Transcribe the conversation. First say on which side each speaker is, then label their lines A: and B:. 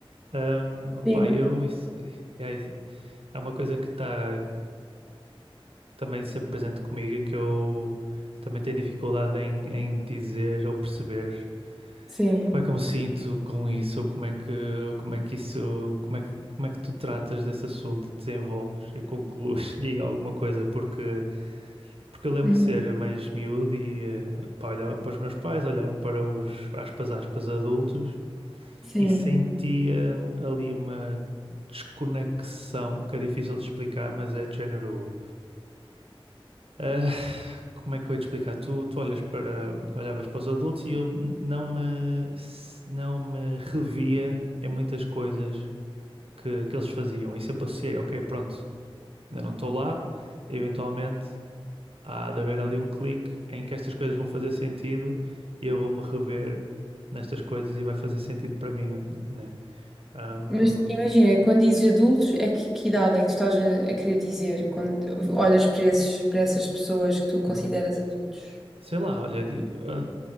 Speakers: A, on the right; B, in the centre.
A: Um, opa,
B: Sim,
A: eu, isso, yeah, isso- é uma coisa que está também sempre presente comigo e que eu também tenho dificuldade em, em dizer ou perceber.
B: Sim,
A: Como é que eu me sinto com isso? Ou como é que, como é que isso, como é que, como é que tu tratas desse assunto e desenvolves e conclues <laughs> e alguma coisa? Porque, porque eu lembro
B: Uhum.
A: de ser mais miúdo e eh, pá, olhava para os meus pais, olhava para os, aspas, aspas, adultos
B: sim.
A: e sentia ali uma desconexão que é difícil de explicar, mas é de género. Ah, como é que eu ia te explicar? Tu, tu olhas para, olhavas para os adultos e eu n- não me, s- não me revia em muitas coisas que, que eles faziam. E sempre associei, ok, pronto, ainda não estou lá, eventualmente há de haver ali um clique em que estas coisas vão fazer sentido e eu vou-me rever nestas coisas e vai fazer sentido para mim, né? Ahm,
B: Mas imagina, quando dizes adultos, é que, que idade é que tu estás a, a querer dizer quando olhas para esses, para essas pessoas que tu consideras
A: uhum.
B: adultos?
A: Sei lá, olha, di- ah,